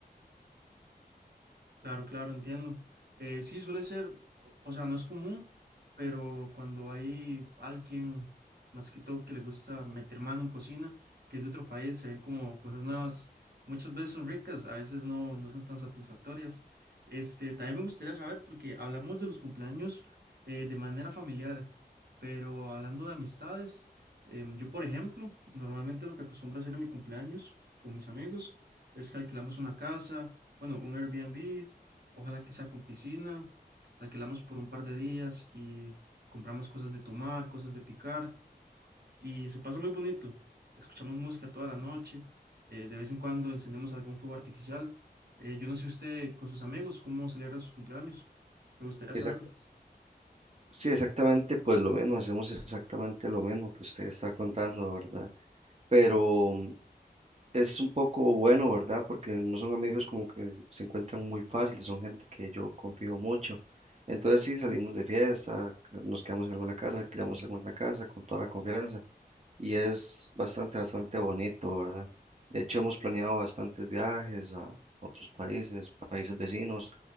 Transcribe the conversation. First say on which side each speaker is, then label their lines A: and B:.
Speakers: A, on the right (about 75°); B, on the right (about 40°).
A: Claro, claro, entiendo. Eh, sí, suele ser, o, o sea, no es común, pero cuando hay alguien, más que todo, que le gusta meter mano en cocina, que es de otro país, se ven como cosas nuevas. Muchas veces son ricas, a veces no, no son tan satisfactorias. Este, también me gustaría saber, porque hablamos de los cumpleaños eh, de manera familiar. Pero hablando de amistades, em, yo por ejemplo, normalmente lo que acostumbro a hacer en mi cumpleaños con mis amigos es que alquilamos una casa, bueno, un Airbnb, ojalá que sea con piscina, la alquilamos por un par de días y compramos cosas de tomar, cosas de picar y se pasa muy bonito. Escuchamos música toda la noche, eh, de vez en cuando encendemos algún fuego artificial. Eh, yo no sé usted con sus amigos cómo celebra sus cumpleaños, me gustaría saberlo.
B: Exact- sí, exactamente, pues lo mismo, hacemos exactamente lo mismo que usted está contando, ¿verdad? Pero es un poco bueno, ¿verdad? Porque no son amigos como que se encuentran muy fáciles, son gente que yo confío mucho. Entonces sí, salimos de fiesta, nos quedamos en alguna casa, alquilamos alguna casa con toda la confianza y es bastante, bastante bonito, ¿verdad? De hecho, hemos planeado bastantes viajes a otros países, países vecinos